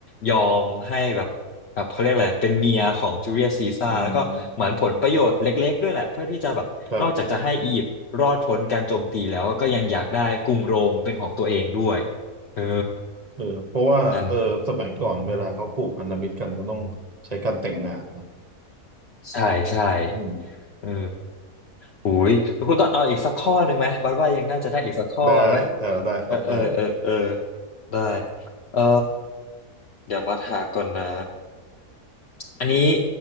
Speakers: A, on the left (about 50°); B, on the right (about 40°).
A: ยอมให้แบบแบบเขาเรียกอะไรเป็นเมียของจูเลียสซีซ่าร์แล้วก็เหมือนผลประโยชน์เล็กๆด้วยแหละเพื่อที่จะแบบนอกจากจะให้อียิปต์รอดพ้นการโจมตีแล้วก็ยังอยากได้กรุงโรมเป็นของตัวเองด้วย
B: อืมครับ
A: เออ
B: เออเพราะว่าเออสมัยก่อนเวลาเขาผูกพันธมิตรกันก็ต้องใช้การแต่งงานเนาะ
A: นั่น ใช่ใช่
B: อืม
A: เออโอ้ยคุณต้องเอาอีกสักข้อหนึ่งไหมบัดว่ายังน่าจะได้อีกสักข้อไหม
B: ได้เออได้ครับได้
A: เออเออเออเออได้เออเดี๋ยวบัดหาก่อนนะอันนี้